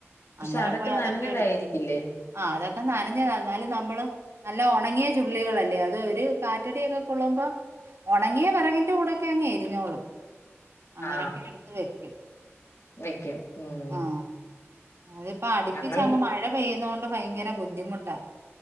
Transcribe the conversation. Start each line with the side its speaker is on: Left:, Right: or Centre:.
Left: പക്ഷെ
Right: അന്നേരം പോയി അതൊക്കെ
Left: നനഞ്ഞതായിരിക്കില്ലേ
Right: എട്ക്കും ആ അതൊക്കെ നനഞ്ഞതാ എന്നാലും നമ്മള് നല്ല ഒണങ്ങിയ ചുള്ളികളല്ലേ അത് ഒരു കാറ്റടിയൊക്കെ കൊള്ളുമ്പം ഒണങ്ങിയ വെറകിന്റെ കൂടൊക്കെ അങ്ങെരിഞ്ഞോളും അങ്ങനെക്കെ
Left: ആ
Right: എട്ത്ത് വെക്കും
Left: വെക്കും ഉം
Right: ആഹ് അതിപ്പ അടുപ്പിച്ച്
Left: ഞങ്ങൾ
Right: അങ്ങ് മഴ പെയ്യുന്നോ ഇപ്പ ഭയങ്കര ബുദ്ധിമുട്ടാ